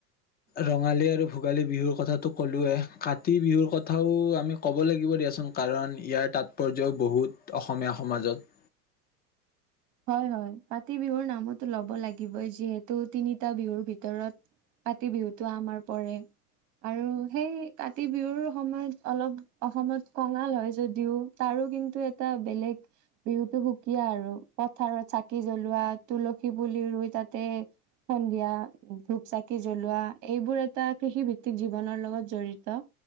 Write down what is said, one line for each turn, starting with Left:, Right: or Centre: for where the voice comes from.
Left: ৰঙালী আৰু ভোগালী বিহুৰ কথাটো ক'লোৱৱেই কাতি বিহুৰ কথাও আমি ক'ব লাগিব দিয়াচোন কাৰণ ইয়াৰ তাৎপৰ্যও বহুত অসমীয়া সমাজত।
Right: হয় হয় কাতি বিহুৰ নামতো ল'ব লাগিবই যিহেতু তিনিটা বিহুৰ ভিতৰত কাতি বিহুতটো আমাৰ পৰে আৰু সেই কাতি বিহুৰ সময়ত অলপ অসমত কঙাল হয় যদিও তাৰো কিন্তু এটা বেলেগ বিহুতটো সুকীয়া আৰু পথাৰত চাকি জ্বলোৱা তুলসী পুলি ৰুই তাতে সন্ধিয়া ধূপ চাকি জ্বলোৱা এইবোৰ এটা কৃষিভিত্তিক জীৱনৰ লগত জড়িত